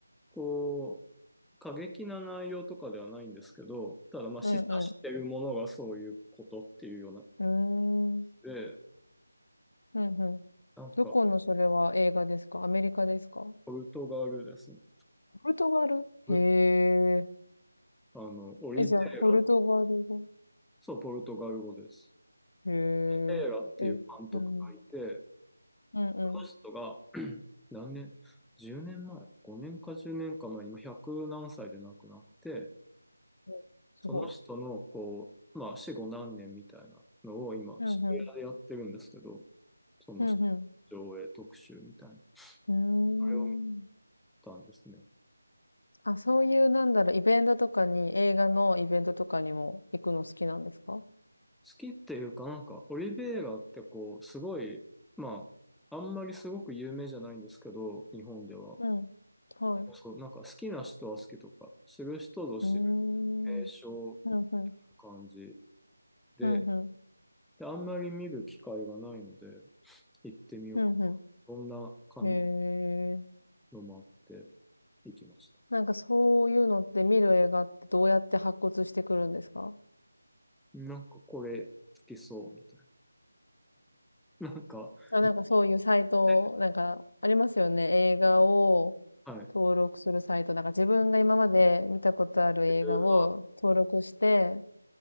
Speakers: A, in the centre; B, on the left.
A: こう過激な内容とかではないんですけど、ただまあ示唆してるものがそういうことっていうような
B: うんうん。<laughs> うーん。
A: で、
B: うんうん。
A: なんか
B: どこのそれは映画ですかアメリカですか
A: ポルトガルですね。
B: ポルトガルへえ。
A: ポルあの、オリベイラ、
B: え、じゃあ、ポルトガル語
A: そう、ポルトガル語です。
B: へえ。
A: テーラっていう監督がいて、
B: え、うん。うんうん。
A: その人が <clears throat> 何年 ?10 年前 ?5 年か10年か前に、今100何歳で亡くなって、
B: うんすごい。
A: その人のこう、まあ死後何年みたいなのを今渋谷でやってるんですけど、
B: うんうん。
A: その人
B: うんう
A: の上映特集みたいな。
B: ん。
A: それを見
B: うーん。
A: たんですね。好
B: あ、そういう、なんだろう、イベントとかに、映画のイベントとかにも行くの好きなんですか
A: きっていうかなんか、オリベイラってこう、すごい、まあ、あんまりすごく有名じゃないんですけど、日本では。
B: うん。はい。う
A: そう、なんか好きな人は好きとか、知る人ぞ知
B: ーん。
A: 名所
B: うんうん。
A: な感じで、
B: うんうん。
A: で、あんまり見る機会がないので、行ってみようか。
B: うんう
A: どんな感じ
B: ん。へえ。
A: のもあって行きました。
B: なんかそういうのって見る映画ってどうやって発掘してくるんですか
A: なんかこれ好きそうみたいな。なんか、
B: あ、
A: 全
B: なんかそういうサイト、
A: 然
B: なんかありますよね。映画を
A: はい。
B: 登録するサイト。なんか自分が今まで見たことある映画を登録して、
A: フィルマ